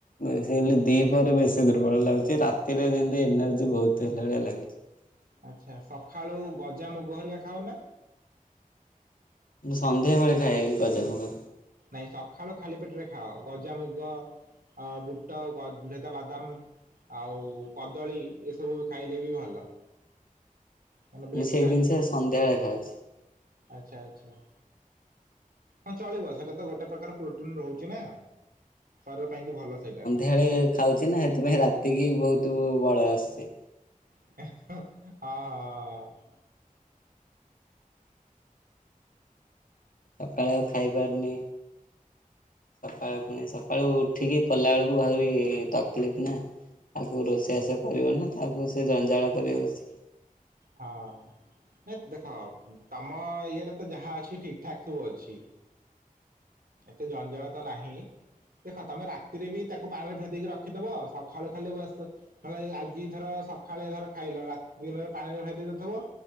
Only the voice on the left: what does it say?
ବେଶୀ କାଲି
ଦିପହରେ ବେଶୀ ଦୁର୍ବଳ ଲାଗୁଚି। ରାତିରେ ଯେମିତି ଏନର୍ଜି ବୋହୁତ୍ ହେଲା ଭଳିଆ ଲାଗୁଛି।
ମୁଁ ସନ୍ଧ୍ୟା ବେଳେ ଖାଏ ଗଜାମୁଗ।
ମୁଁ ସେଇ
ଜିନିଷ ସନ୍ଧ୍ୟାବେଳେ ଖାଉଛି।
ହେଳେଇ ଏକ୍ ଖାଉଛି ନା ହେଥିପାଇଁ ରାତିକି ବହୁତ ବଳ ଆସୁଛି।
ସକାଳେ ଆଉ ଖାଇପାରୁନି। ସକାଳୁ ପୁଣି ସକାଳୁ ଉଠିକି କଲାଏଳକୁ ଭାରି ତକଲିଫ ନା। ତାକୁ
ରୋଷେଇ ଆସେ କରିବନା ତାକୁ ସେ ଜଞ୍ଜାଳ କରିବ ବସିକି।